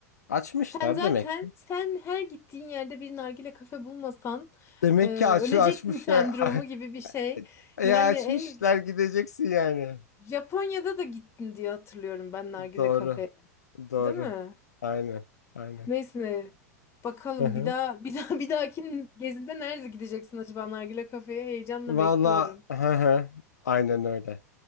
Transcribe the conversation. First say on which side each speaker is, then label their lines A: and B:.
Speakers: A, on the left (about 80°); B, on the left (about 30°).
A: Açmışlar
B: Sen zaten
A: demek ki.
B: sen her gittiğin yerde bir nargile kafe bulmasan
A: Demek
B: e,
A: ki aç,
B: öleceksin
A: açmışlar.
B: <laughs> sendromu
A: <laughs>
B: gibi bir şey.
A: Ya
B: Yani
A: açmışlar
B: en
A: gideceksin yani.
B: Japonya'da da gittin diye hatırlıyorum ben nargile
A: Doğru.
B: kafeye,
A: Doğru.
B: değil mi?
A: Aynen. Aynen.
B: Neyse ne. Bakalım
A: Hı hı.
B: bir daha bir daha bir dahaki gezinde nerede gideceksin acaba nargile kafeye heyecanla
A: Valla
B: bekliyorum.
A: hı hı. Aynen öyle.